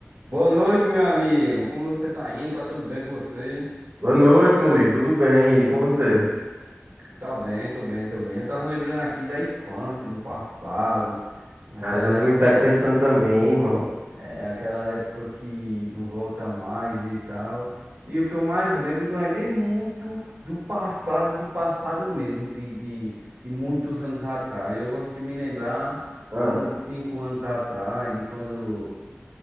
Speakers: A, on the right; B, on the right.
A: Boa noite, meu amigo. Como você tá indo? Tá tudo bem com você?
B: Boa noite, meu amigo. Tudo bem? E com você?
A: Tá bem, tô bem, tô bem. Eu tava lembrando aqui da infância, do passado, naquela
B: Às vezes
A: época,
B: eu me pego pensando também, irmão.
A: é, aquela época que não volta mais e tal. E o que eu mais lembro não é nem muito do passado, do passado mesmo, de, de, de muitos anos atrás. Eu gosto de me lembrar
B: Ah,
A: há uns cinco anos atrás, de quando.